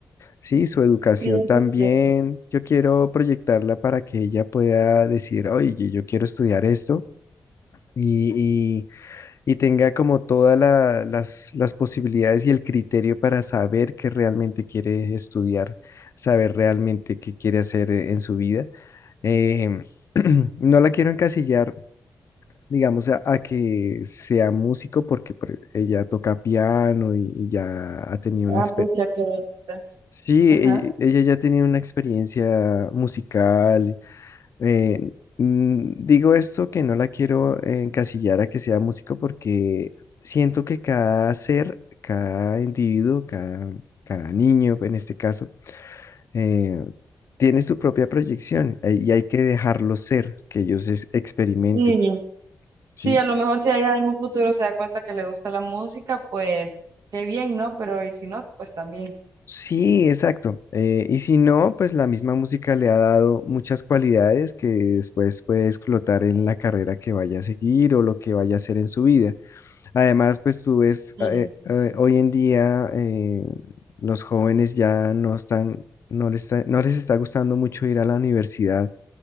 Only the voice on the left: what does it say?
Sí, su educación
también,
yo quiero proyectarla para que ella pueda decir, oye, yo quiero estudiar esto y, y- y tenga como todas la- las, las posibilidades y el criterio para saber qué realmente quiere estudiar, saber realmente qué quiere hacer eh, en su vida. Em, <clears throat> no la quiero encasillar digamos, a, a que sea músico porque pues, ella toca piano y, y ya ha tenido
una experiencia.
Sí,
e- ella, ya ha tenido una experiencia musical. eh, mm, digo esto que no la quiero encasillar a que sea músico porque siento que cada ser, cada individuo, cada, cada niño en este caso, eh, tiene su propia proyección eh, y hay que dejarlo ser, que ellos es- experimenten.
¿sí?
Sí, exacto. Eh, y si no, pues la misma música le ha dado muchas cualidades que después puede explotar en la carrera que vaya a seguir o lo que vaya a hacer en su vida. Además, pues tú ves,
eh, eh, hoy en día eh, los jóvenes ya no están, no les está- no les está gustando mucho ir a la universidad.